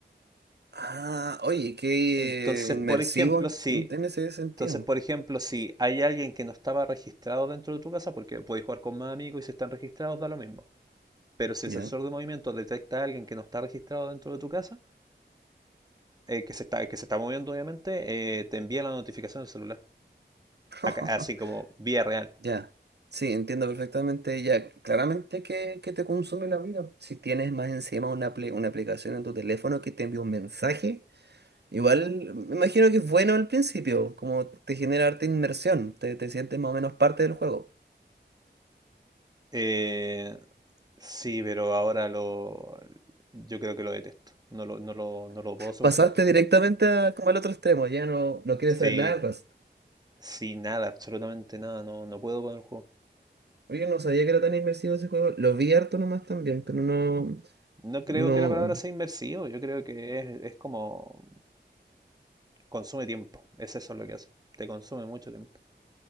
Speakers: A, on the right; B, on the right.
A: Ah, oye, qué
B: Entonces,
A: inmersivo
B: por ejemplo, si,
A: en ese sentido.
B: entonces, por ejemplo, si hay alguien que no estaba registrado dentro de tu casa, porque puedes jugar con más amigos y si están registrados, da lo mismo. Pero si
A: Ya.
B: el sensor de movimiento detecta a alguien que no está registrado dentro de tu casa, eh, que se está, que se está moviendo, obviamente, eh, te envía la notificación al celular.
A: <laughs>
B: Acá- así como vía real.
A: Ya. Sí, entiendo perfectamente. Ya, claramente que, que te consume la vida. Si tienes más encima una, apli- una aplicación en tu teléfono que te envía un mensaje Igual me imagino que es bueno al principio, como te genera harta inmersión, te, te sientes más o menos parte del juego.
B: Eh, sí, pero ahora lo, yo creo que lo detesto. No lo, no lo, no lo puedo soportar.
A: Pasaste directamente a, como al otro extremo, ya no, no quieres
B: Sí,
A: saber nada del Rust.
B: sí, nada, absolutamente nada. No, no puedo con el juego.
A: Oye, no sabía que era tan inmersivo ese juego, lo vi harto nomás también, pero no,
B: No creo
A: no,
B: que la palabra sea inversivo, yo creo que es, es como consume tiempo, es eso lo que hace, te consume mucho tiempo.